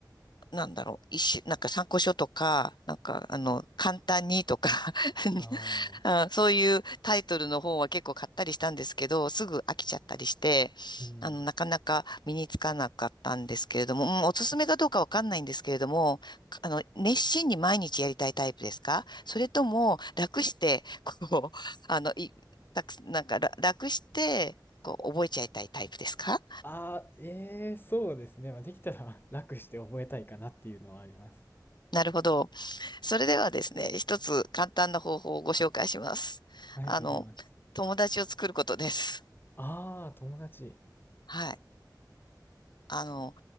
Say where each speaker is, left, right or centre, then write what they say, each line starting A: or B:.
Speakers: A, on the left; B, on the left.
A: なんだろう、一種、なんか参考書とか、なんか、あの、簡単にとか <laughs>
B: ああ、
A: あそういうタイトルの本は結構買ったりしたんですけど、すぐ飽きちゃったりして、
B: うん。
A: あの、なかなか身につかなかったんですけれども、うんおすすめかどうかわかんないんですけれども、あの、熱心に毎日やりたいタイプですかそれとも、楽して、こう、あの、い、たく、なんか、ら楽して、こう、覚えちゃいたいタイプですか
B: ああ、ええ、そうですね。まあ、できたら <laughs> 楽して覚えたいかなっていうのはあります。
A: なるほど。それではですね、一つ簡単な方法をご紹介します。
B: ありがとうございます。
A: あの、友達を作ることです。
B: ああ、友達。
A: はい。あの、
B: す